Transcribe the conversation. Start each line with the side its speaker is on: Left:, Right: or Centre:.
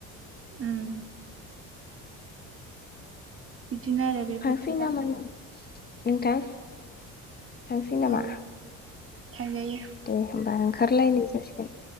Right: उम। बिदिनो आरो बे
Left: थांसै
Right: बोथोरा।
Left: नामा नों- नोंथां थांसै
Right: औ
Left: नामा?
Right: थांजायो
Left: दे होमबा ओंखारलायनाय जासिगोन।